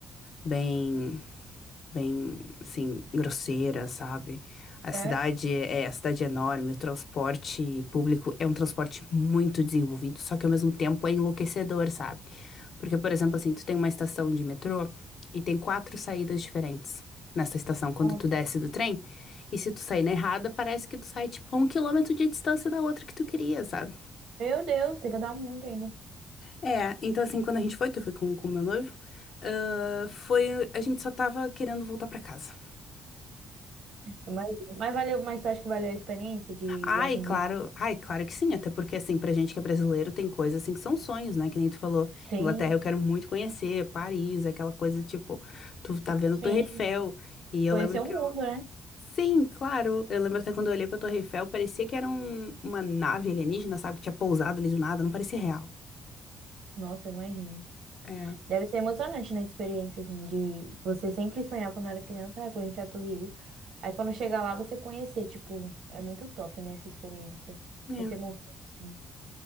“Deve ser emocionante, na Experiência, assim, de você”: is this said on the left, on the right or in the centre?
Right